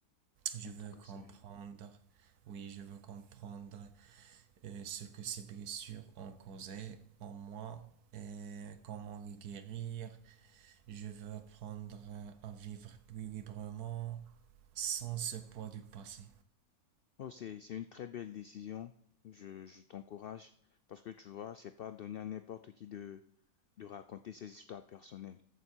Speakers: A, on the right; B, on the left.
A: Je
B: En
A: veux
B: tout cas,
A: comprendre,
B: c'est.
A: oui, je veux comprendre euh, ce que ces blessures ont causé en moi et comment les guérir. Je veux apprendre à vivre plus librement sans ce poids du passé.
B: Oh, c'est, c'est une très belle décision. Je, je t'encourage parce que tu vois, c'est pas donné à n'importe qui de, de raconter ses histoires personnelles.